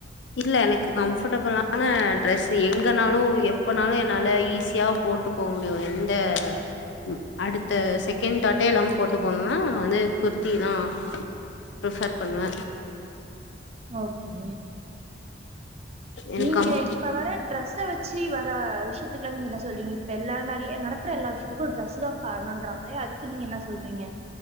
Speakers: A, on the left; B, on the right.
A: இல்ல எனக்கு கம்ஃபர்டபுளான ட்ரஸ்ஸு எங்கனாலு எப்பொனாலு என்னால ஈஸியா போட்டு போ முடியு எந்த ம் அடுத்த செகேண் டாட்டே இல்லாம போட்டு போனுனா வந்து குர்த்திதா ப்ரிஃபர் பண்வ
B: ஓகே
A: எனக்கு
B: நீங்க
A: கம்
B: இப்ப வர ட ட்ரெஸ்ஸ வச்சி வர விஷ்யத்துக்லா நீங்கென்ன சொல்றீங்க இப்பெல்லார் நறிய நடக்ற எல்லா விஷயத்துக்கு டிரஸ்ஸு தா கார்ணுன்றாங்ளே அதுக்கு நீங்க என்ன சொல்றீங்க